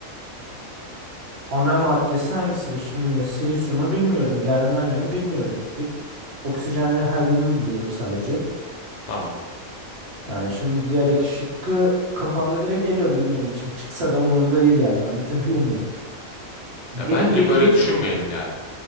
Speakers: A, on the right; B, on the left.
A: Ana maddesi hangisidir? Şimdi silisyumu bilmiyorum. Germanyumu bilmiyorum. Hi- Oksijenle helyumu biliyorum sadece.
B: Tamam.
A: Yani şimdi diğer iki şıkkı kafamda direkt eliyorum bilmediğim için. Çıksa da umurumda değil yani anlatabildim mi? Benim
B: Ya bence
A: bildiğim
B: böyle düşünmeyelim yani.